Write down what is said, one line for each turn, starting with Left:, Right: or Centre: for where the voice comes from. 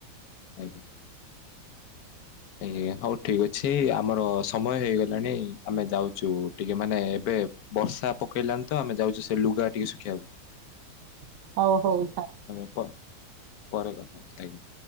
Left: ଆଜ୍ଞା। ଆଜ୍ଞା ଆଜ୍ଞା ହଉ ଠିକ୍ ଅଛି ଆମର ସମୟ ହେଇଗଲାଣି। ଆମେ ଯାଉଛୁ ଟିକେ ମାନେ ଏବେ ବର୍ଷା ପକେଇଲାଣି ତ। ଆମେ ଯାଉଛୁ ସେ ଲୁଗା ଟିକେ ଶୁଖେଇବାକୁ
Right: <unintelligible> ହଉ ହଉ
Left: ନିଶ୍ଚିତ
Right: ଛା
Left: ଆମେ ପରେ ପରେ କଥା ହବା। ଆଜ୍ଞା।